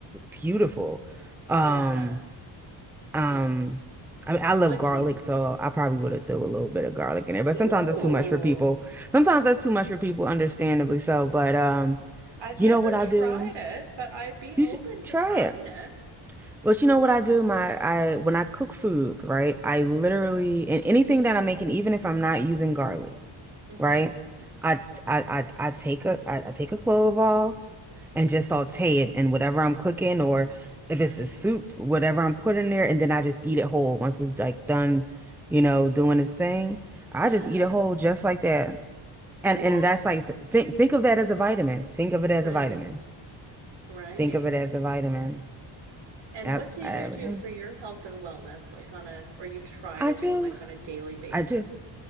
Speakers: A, in the centre; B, on the right (about 65°).
A: beautiful. Um.
B: yeah,
A: Um,
B: yeah.
A: I mean, I love
B: What
A: garlic,
B: do you...
A: so I probably would have threw a little bit of garlic in it, but
B: Ooh,
A: sometimes that's too much for people. Sometimes that's too much for people, understandably so. But um,
B: I've
A: you
B: never
A: know what I
B: tried
A: do?
B: it, but I'd be
A: You
B: open
A: should
B: to
A: try
B: trying
A: it.
B: it.
A: But you know what I do? My I when I cook food, right? I literally and anything that I'm making, even if I'm not using garlic
B: Mm-hmm.
A: right? I I I, I take a I, I take a clove off and just saute it in whatever I'm cooking or if
B: Nice.
A: it's a soup, whatever I'm putting there, and then I just eat it whole once it's like done, you know, doing its thing. I
B: Yeah.
A: just eat it whole just like that. And
B: What?
A: and that's like th think think of that as a vitamin. Think of it as
B: Right,
A: a vitamin.
B: right.
A: Think of it as a vitamin.
B: And
A: Yep.
B: what do
A: I,
B: you do for your health and wellness, like on a, or you try
A: I
B: to
A: do.
B: do like on a daily basis?
A: I do.